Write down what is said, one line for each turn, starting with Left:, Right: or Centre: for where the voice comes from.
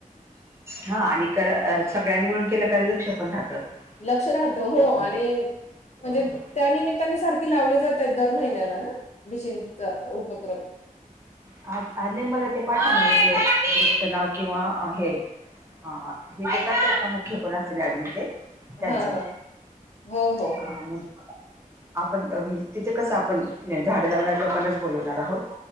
Right: हा आणि करं अ सगळ्यांनी म्हणून केलं का लक्ष पण राहतं.
Left: लक्ष राहतो
Right: त्याच्यावर
Left: हो आणि
Right: म्हणजे
Left: म्हणजे
Right: हो, हो.
Left: त्या निमित्ताने सारखे लावले जातं आहेत दर महिन्याला ना भीशीणचा उपक्रम.
Right: आ आणि मला ते पाठवलं म ते ग्रुपचं नाव किंवा हे हा हा हे जसं करता मुख्य कोण असेल ऍडमी ते त्यांचं
Left: हा हा हो हो
Right: हां,
Left: हो.
Right: म्हणजे आपण तिथे कसं आपण झाडं लावणार लोकांनाच बोलवणार आहोत.